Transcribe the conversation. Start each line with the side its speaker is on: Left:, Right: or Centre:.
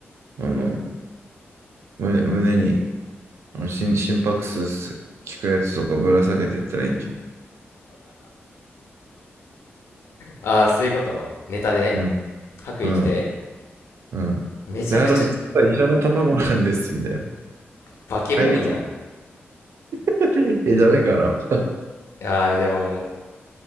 Right: あの、胸、胸に、あの、心、心拍数す聞くやつとかぶら下げてったらいいんじゃん。
Left: ああ、そういうことネタで
Right: うん、
Left: 白衣着て
Right: うん。うん。
Left: めちゃくちゃ、
Right: だから実は医者の卵なんです、
Left: うん
Right: みたいな。
Left: バケモンやん。
Right: 帰りと。<laughs> え、ダメから。
Left: ああ、でも、